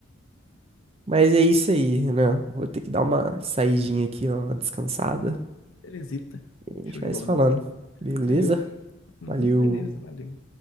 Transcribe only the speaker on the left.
Belezita.
Show
de bola.
Valeu. Uhum,
beleza, valeu.